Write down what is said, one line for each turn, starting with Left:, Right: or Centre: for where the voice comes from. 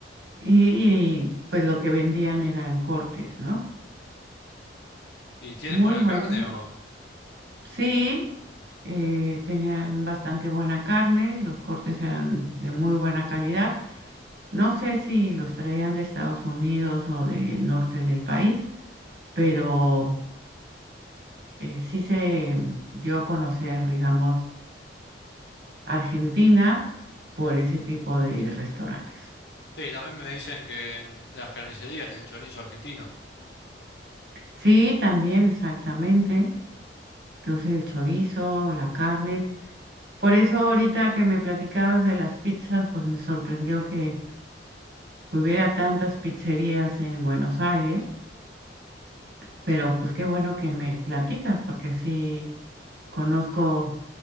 Right: Y, y pues lo que vendían eran cortes, ¿no?
Left: ¿Y tienen
Right: Muy
Left: buena
Right: bueno.
Left: carne o...?
Right: Sí, eh, tenían bastante buena carne, los cortes eran de muy buena calidad. No sé si los traían de Estados Unidos o del norte del país, pero eh, sí se dio a conocer, digamos, Argentina por ese tipo de restaurantes.
Left: Sí, también me dicen que en las carnicerías tienen chorizo argentino.
Right: Sí, también, exactamente. Entonces el chorizo, la carne. Por eso ahorita que me platicabas de las pizzas, pues me sorprendió que que hubiera tantas pizzerías en Buenos Aires, pero pues qué bueno que me platicas porque sí conozco